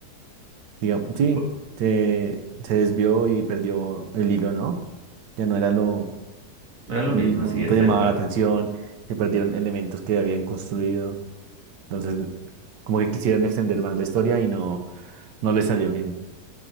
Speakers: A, on the right; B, on the right.
A: Digamos, sí,
B: pu-
A: se, se desvió y perdió el hilo, ¿no? Ya no era lo
B: era lo
A: mismo,
B: mismo, sí,
A: no
B: estoy
A: te llamaba
B: de acuerdo.
A: la atención, se perdieron elementos que habían construido. Entonces, como que quisieron extender más la historia y no, no les salió bien.